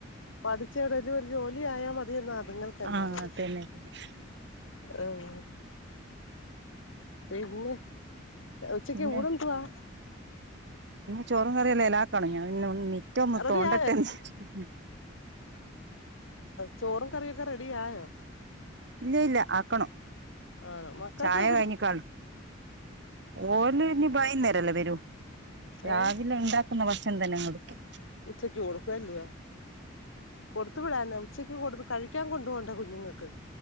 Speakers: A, on the left; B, on the right.
A: പഠിച്ചെവിടെലും ഒരു ജോലി ആയാൽ മതിയെന്ന അതുങ്ങൾക്കന്താ
B: ആഹ്
A: മനസ്സിൽ
B: തന്നെ തന്നെ
A: ആഹ പിന്നെ ഉച്ചക്ക്
B: പിന്നെ
A: ഊണെന്തുവാ
B: ചോറും കറിയല്ലേ എല്ലാക്കണം ഞാൻ പിന്നെ മിറ്റേ ഒന്ന്
A: റെഡി
B: തോണ്ടട്ടെ
A: ആയോ
B: എന്ന്ച്ചിട്ട
A: ചോറും കറിയൊക്കെ റെഡിയായോ
B: ഇല്ല ഇല്ല ആക്കണം
A: ആഹ മക്കൾക്കെ
B: ചായ കഴിഞ്ഞിക്കാളു ഓല്. ഇനി ബയീന്നേരല്ലേ വരൂ രാവിലെ
A: ഏഹ്
B: ഉണ്ടാക്ക ന്ന ഭക്ഷണം തന്നെ അങ്ങ് എടക്കു
A: ഉച്ചേക്ക് കൊടക്കും അല്ലെയേ കൊടുത്തു വിടന്നൊ ഉച്ചക്ക് കൊടുത്ത് കഴിക്കാൻ കൊണ്ട് പോകണ്ടേ കുഞ്ഞുങ്ങൾക്ക്